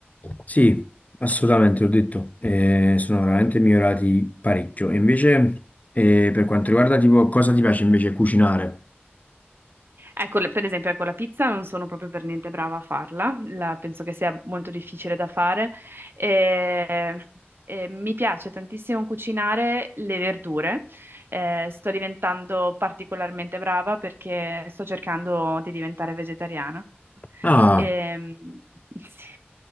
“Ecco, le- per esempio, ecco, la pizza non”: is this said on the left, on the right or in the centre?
Right